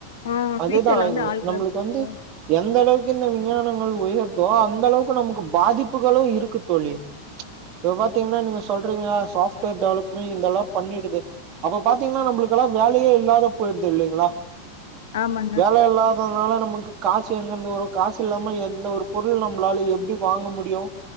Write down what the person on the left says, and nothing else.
ஆ ஃபியூச்சர்லே
வந்து ஆளு குறைப்பு
பண்ண
போறாங்க
ஆமாங்க.